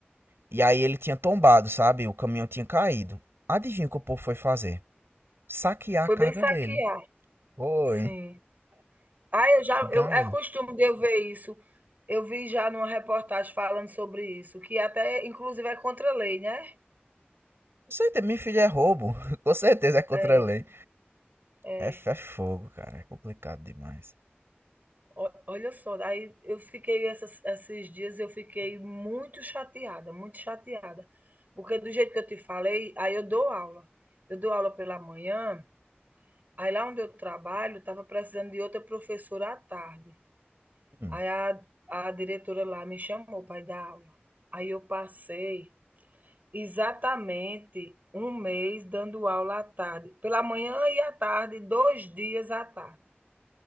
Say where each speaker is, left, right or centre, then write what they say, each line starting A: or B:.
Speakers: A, on the right (about 75°); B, on the right (about 45°).
A: E aí ele tinha tombado, sabe? O caminhão tinha caído. Adivinha o que o povo foi fazer? Saquear
B: Foi
A: a carga
B: bem saquear,
A: dele. Foi.
B: sim. Ah, eu já, eu,
A: Gai.
B: é costume de eu ver isso. Eu vi já numa reportagem falando sobre isso, que até inclusive é contra a lei, né?
A: Com certeza, minha filha é roubo. <laughs> Com certeza é contra
B: É,
A: a lei.
B: é.
A: É, f- é fogo, cara. É complicado demais.
B: O olha só, aí eu fiquei essas esses dias eu fiquei muito chateada, muito chateada, porque do jeito que eu te falei, aí eu dou aula. Eu dou aula pela manhã, aí lá onde eu trabalho estava precisando de outra professora à tarde.
A: Hum,
B: Aí a a diretora lá me chamou para ir dar aula. Aí eu passei exatamente um mês dando aula à tarde, pela manhã e à tarde, 2 dias à tarde.